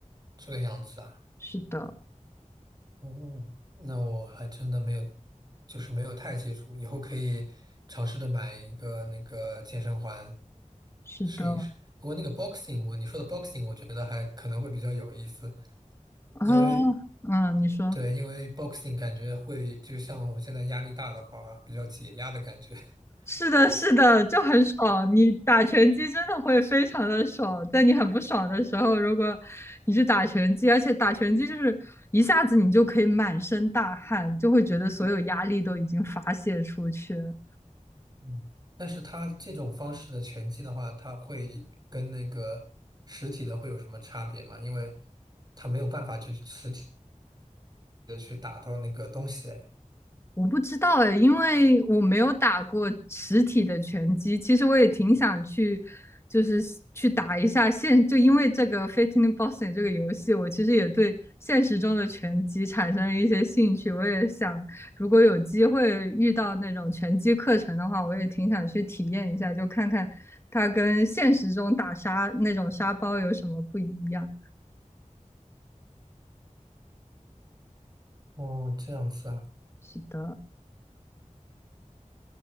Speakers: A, on the right; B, on the left.
A: 这个样子啊，
B: 是的，
A: 哦，那我还真的没有，就是没有太接触，以后可以尝试着买一个那个健身环
B: 是的，
A: 试一试。不过那个 boxing，我你说的 boxing，我觉得还可能会比较有意思。
B: 啊，
A: 因为
B: 嗯，你说。
A: 对，因为 boxing 感觉会，就像我现在压力大的话，比较解压的感觉。<laughs>
B: 是的，是的，就很爽。你打拳击真的会非常的爽，在你很不爽的时候，如果你去打拳击，而且打拳击就是一下子你就可以满身大汗，就会觉得所有压力都已经发泄出去了。
A: 嗯，但是它这种方式的拳击的话，它会跟那个实体的会有什么差别吗？因为它没有办法去实体的去打到那个东西。哎
B: 我不知道哎，因为我没有打过实体的拳击。其实我也挺想去，就是去打一下现。就因为这个《Fitting Boxing s》这个游戏，我其实也对现实中的拳击产生了一些兴趣。我也想，如果有机会遇到那种拳击课程的话，我也挺想去体验一下，就看看它跟现实中打沙那种沙包有什么不一样。
A: 哦，这样子啊。
B: 是的，